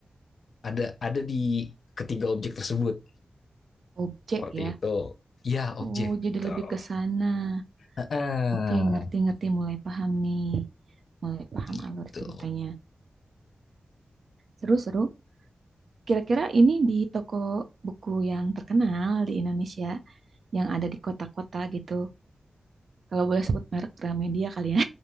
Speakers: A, on the left (about 70°); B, on the right (about 70°).
A: ada ada di ketiga objek tersebut
B: objek
A: seperti
B: ya.
A: itu ya objek
B: Oh, jadi
A: tuh
B: lebih ke sana.
A: Heeh,
B: Oke, ngerti-ngerti mulai paham nih. Mulai paham
A: gitu
B: alur ceritanya. Seru-seru. Kira-kira ini di toko buku yang terkenal di Indonesia, yang ada di kota-kota gitu. Kalau boleh sebut merek Gramedia kali ya.